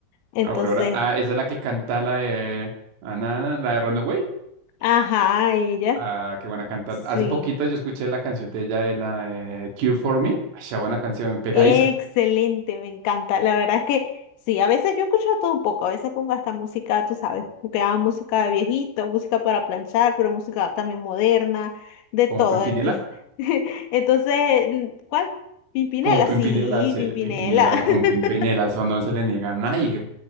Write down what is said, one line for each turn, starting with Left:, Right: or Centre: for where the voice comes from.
Left: Entonces,
Right: Aurora. Ah, esa es la que canta la de Anana, la de Runaway.
Left: ajá, ella,
Right: Ah, qué buena canta.
Left: sí,
Right: Hace poquito yo escuché la canción de ella de la de Cure for Me. Ay, esa buena canción, pegadiza.
Left: excelente, me encanta. La verdad es que sí, a veces yo escucho de todo un poco, a veces pongo hasta música, tú sabes, porque hago música de viejito, música para planchar, pero música también moderna, de
Right: Como
Left: todo.
Right: Pimpinela.
Left: Entonces, <laughs> entonces, ¿cuál? Pimpinela,
Right: Como Pimpinela,
Left: sí,
Right: sí,
Left: Pimpinela.
Right: Pimpinela,
Left: <laughs>
Right: un Pimpinela, eso no se le niega a nadie.